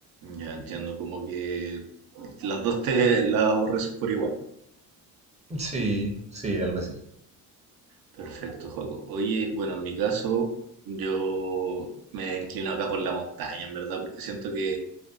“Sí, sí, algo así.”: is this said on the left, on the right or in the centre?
Right